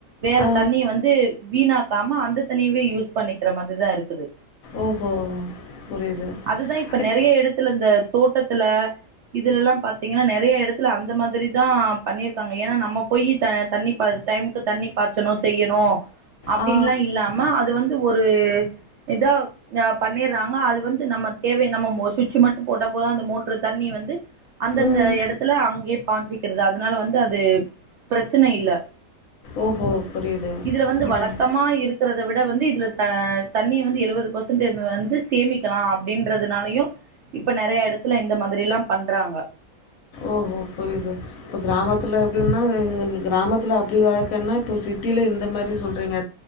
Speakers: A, on the right; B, on the left.
A: வேற
B: ஆ
A: தண்ணிய வந்து வீணாக்காம அந்த தண்ணிய வே யூஸ் பண்ணிக்கிற மாதிரிதா இருக்குது
B: ஓஹோ புரியுது
A: அதுதா இப்ப
B: இல்
A: நெறைய எடத்துல இந்த தோட்டத்துல இதுல எல்லாம் பாத்தீங்கனா நெ நெறைய எடத்துல அந்த மாதிரி தா பண்ணிருக்காங்க ஏனா நம்ம போயி த தண்ணி ப டைமுக்கு தண்ணி பாச்சணு செய்யணு அப்டின்லா
B: ஆ
A: இல்லாம அது வந்து ஒரு இதா அ பண்ணிர்றாங்க அது வந்து நம்ம தேவைய நம்ம மோ சுச்சி மட்டு போட்டா போது அந்த மோட்ரு தண்ணி வந்து அந்தந்த
B: ம்
A: எடத் அங்கே பாச்சிக்கிறது அதனால வந்து அது பிரச்சன இல்ல
B: ஓஹோ புரியுது
A: இதுல வந்து
B: ம்
A: வழக்கமா இருக்றத விட வந்து இதுல அ தண்ணி வந்து எழுவது பர்சன்ட் வந்து சேமிக்கலா அப்டின்றதுனாலயு இப்ப நறைய எடத்துல இந்த மாதிரிலா பண்றாங்க
B: ஓஹோ புரியுது இப்ப கிராமத்துல எப்டின்னா <unintelligible> கிராமத்துல அப்டி வாழ்க்கன்னா இப்ப ச டில இந்த மாரி சொல்றீங்க